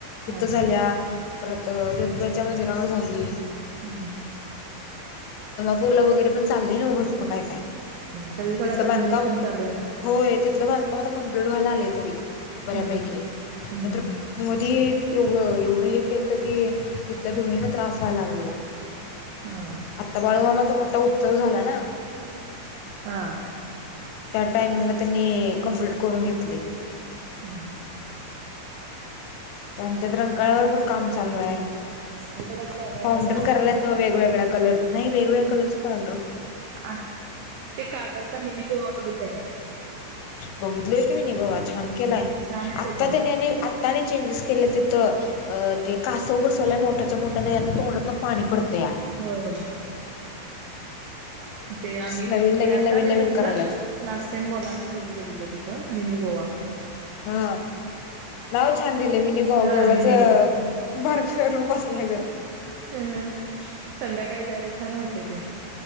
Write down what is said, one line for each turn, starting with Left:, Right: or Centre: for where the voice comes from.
Left: तिथ
Right: हा हा
Left: झाल्या परत ज्योतिबाच्या मंदिरावर झाली
Right: हम्म
Left: टूरला वगैरे पण चालल आहे ना बर मग काय नाही
Right: सगळीकडे
Left: तिथलं
Right: आता
Left: बांधकाम
Right: रिनोव्हेशन चालू आहे.
Left: होय तिथलं बांधकाम आता कंप्लीट व्हायला आलंय नाहीतरी बऱ्या
Right: हा
Left: पैकी नाहीतर
Right: हम्म.
Left: मधी एवढं एवढं हे केलत की तिथल्या धुळेने त्रास व्हायला लागलेला
Right: हा
Left: आता बाळूमामाचा मोठा उत्सव झाला ना
Right: हा
Left: टामिंगला त्यांनी कमप्लीट करून घेतलय
Right: हम्
Left: आणि त्यात रंकाळ्यावर पण काम चालू आहे
Right: सगळीकडे चालू आहेत
Left: फाउंटन
Right: आता काम.
Left: करायलाच न वेगवेगळ्या कलर नाही वेगवेगळ्या कलर पा
Right: आणि ते कागलचा मिनी गोवा बघितलाय काय
Left: बगीत लोय कि मिनी गोवा छान केलाय
Right: छान आहे
Left: आत्ता
Right: तो पण.
Left: त्यांनी आणि आत्ता आणि चेंजेस केलेत तिथ ते कासव बस स मोटरच्या मोट्या तोंडातन पाणी पडते या
Right: होय होय ते आम्ही
Left: नवीन
Right: ल
Left: नवीन
Right: आता
Left: नवीन
Right: नाही
Left: नवीन
Right: बघितलं
Left: करायल्यात
Right: लास्ट टाईम मोलांना घेऊन गेलेलो तिथ मीनी गोवा
Left: हा नाव छान दिलेय मीनी गो
Right: हा
Left: गोव्याचं
Right: मिनी गोवा.
Left: बारक रूप असल्या गत
Right: ह संध्याकाळी जायला छान वाटत ते